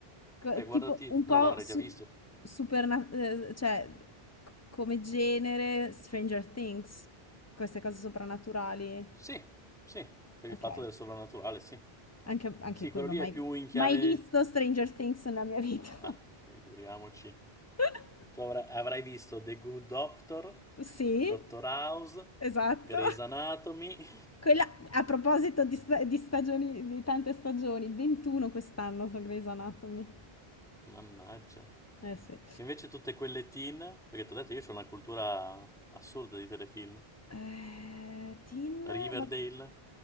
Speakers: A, on the left (about 25°); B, in the centre.
A: Co-
B: Beh, guardati,
A: tipo un
B: però
A: po'
B: l'avrei
A: su-
B: già visto.
A: superna- eh, cioè c- come genere Stranger Things, queste cose soprannaturali.
B: Sì, sì, per il
A: Ok,
B: fatto del sovrannaturale, sì.
A: anche, anche
B: Sì,
A: quello,
B: quello lì
A: mai,
B: è più in chiave...
A: mai visto Stranger Things nella mia vita.
B: Ah, figuriamoci.
A: <laughs>
B: Tu avrai, avrai visto The Good Doctor,
A: Sì,
B: Doctor House,
A: esatto.
B: Grey's Anatomy.
A: Quella, a proposito di, sta- di stagioni, di tante stagioni, 21 quest'anno su Grey's Anatomy.
B: <laughs> Mannaggia.
A: Eh sì.
B: E invece tutte quelle teen, perché ti ho detto io ho una cultura assurda di telefilm.
A: Ehm, Teen,
B: Riverdale,
A: va-